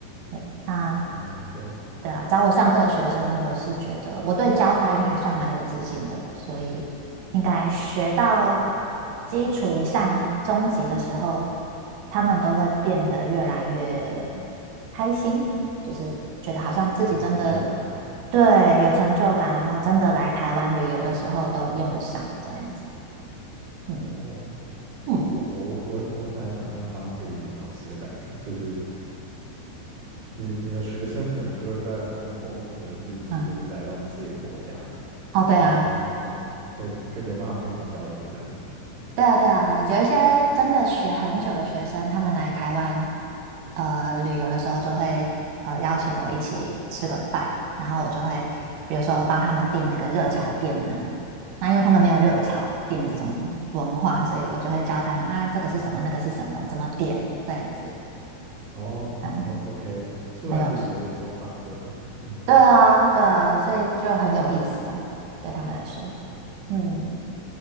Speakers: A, on the right (about 80°); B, on the right (about 35°).
A: 对，那
B: 哦，对，
A: 对啊，找我上课的学生，我是觉得我对教发音还算蛮有自信的，所以应该学到基础以上、中级的时候，他们都会变得越来越开心，就是觉得好像自己真的
B: 有成就感，嗯，
A: 对有成就感，然后真的来台湾旅游的时候都用得上这样子。嗯
B: 哦，好酷哦！
A: 嗯。
B: 我我我很难想象当一个语言老师的感觉，就是你你的学生可能就会在后面后面的日子，
A: <laughs>
B: 就是来到你自己的国家，
A: 哦，对啊，
B: 然后呢，跟会更有办法跟你交流这样。
A: 对啊，对啊，有一些真的学很久的学生，他们来台湾呃旅游的时候，就会呃邀请我一起吃个饭，然后我就会比如说帮他们订那个热炒店啊，那因为他们没有热炒店这种文化，所以我就会教他们啊，这个是什么，那个是什么，怎么点这样子，
B: 然后然后
A: 嗯，
B: OK，出来旅游也是要上课的，
A: 很有趣。
B: <laughs>
A: 对啊，对啊，所以就很有意思啊，对他们来说，
B: 嗯，
A: 嗯，